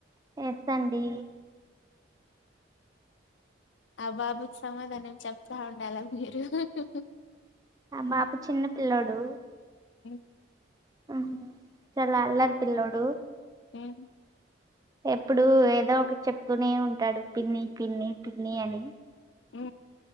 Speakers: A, on the right; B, on the left.
A: ఏస్త అండి
B: ఆ బాబుకు సమాధానం చెప్తా ఉండాలా మీరు ఉ హు హు
A: ఆ మా ప చిన్న పిల్లోడు
B: ఉమ్
A: అహ చాలా అల్లరి పిల్లోడు
B: ఉహు
A: ఎప్పుడు ఏదో ఒకటి చెప్తూనే ఉంటాడు పిన్ని పిన్ని పిన్ని అని
B: ఉ